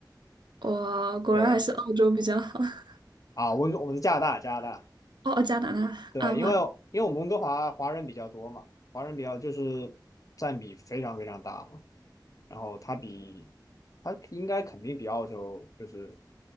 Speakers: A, on the right; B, on the left.
A: 哇，果然还是澳洲比较好。
B: 对
A: <laughs>
B: 啊，温哥我们在加拿大，加拿大。
A: 哦，加拿大啊不，
B: 对，因为因为我们温哥华华人比较多嘛，华人比较就是占比非常非常大嘛，然后它比它应该肯定比澳洲就是